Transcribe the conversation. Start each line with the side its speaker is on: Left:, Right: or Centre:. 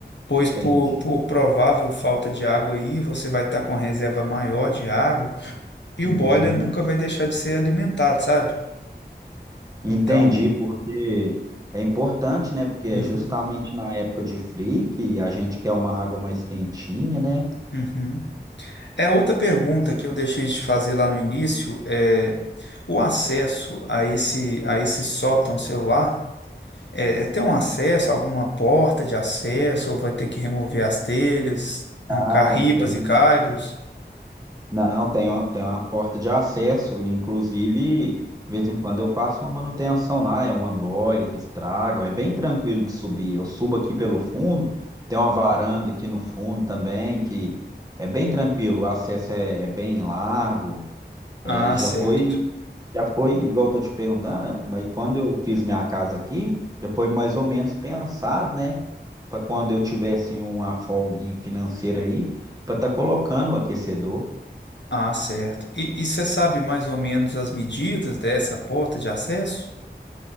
Left: pois
Right: Entendi.
Left: por, por provável falta de água aí, você vai estar com a reserva maior de água e
Right: Uhum.
Left: o boiler nunca vai deixar de ser alimentado, sabe?
Right: Entendi,
Left: Então,
Right: porque é importante, né? Porque é
Left: uhum,
Right: justamente na época de frio que a gente quer uma água mais quentinha, né?
Left: uhum. É outra pergunta que eu deixei de fazer lá no início, é o acesso a esse a esse sótão celular, é, é ter um acesso, alguma porta de acesso ou vai ter que remover as telhas,
Right: Legal,
Left: arrancar ripas
Right: tem
Left: e caibros?
Right: Não, tem uma, tem uma porta de acesso, inclusive, de vez em quando eu faço uma manutenção lá, é uma boia que estraga, é bem tranquilo de subir. Eu subo aqui pelo fundo, tem uma varanda aqui no fundo também, que é bem tranquilo, o acesso é, é bem largo.
Left: Ah,
Right: É, já
Left: certo.
Right: foi, já foi, igual eu tô te perguntando, né, mas quando eu fiz minha casa aqui, já foi mais ou menos pensado, né? Para quando eu tivesse uma folguinha financeira aí, para estar colocando o aquecedor.
Left: Ah, certo. E você sabe mais ou menos as medidas dessa porta de acesso?